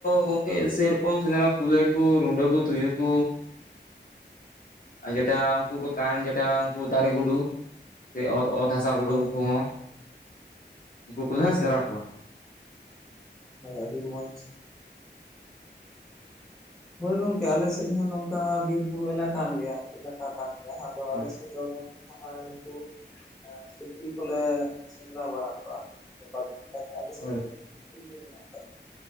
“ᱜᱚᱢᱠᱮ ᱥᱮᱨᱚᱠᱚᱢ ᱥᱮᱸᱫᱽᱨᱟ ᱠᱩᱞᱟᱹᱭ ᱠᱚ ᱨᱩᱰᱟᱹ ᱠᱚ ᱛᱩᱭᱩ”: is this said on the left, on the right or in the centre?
Left